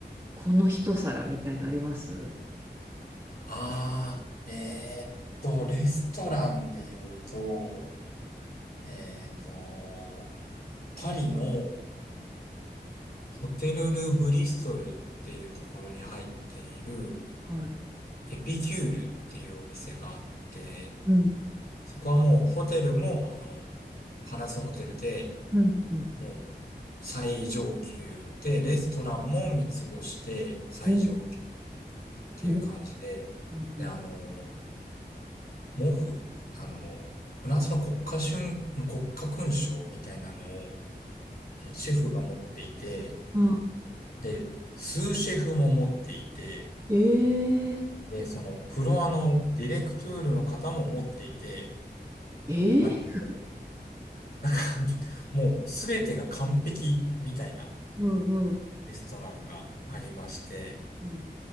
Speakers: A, on the right; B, on the left.
A: この一皿みたいのあります
B: ああ、えーっと、レストランで言うと、えーっと、パリの
A: うん
B: ホテル・ル・ブリストルっていうところに入っている
A: はい。
B: エピキュールっていうお店があって、
A: うん、
B: そこはもうホテルも、あの、パラスホテルで、
A: うん、うん。
B: もう最上級で、レストランも三つ星で最上級。
A: うん、
B: ていう感じで、
A: うん、うん。うん
B: で、あの、モフ、あの、フランスの国家勲、国家勲章みたいなのを、えーシェフが持っていて、
A: うん。
B: で、スーシェフも持っていて、
A: ええ
B: で、そのフロアのディレクトゥールの方も持っていて、
A: ええ
B: なんかもう、<laughs> なんかもうすべてが完璧みたいな
A: うんうん。
B: レストランがありまして、
A: うん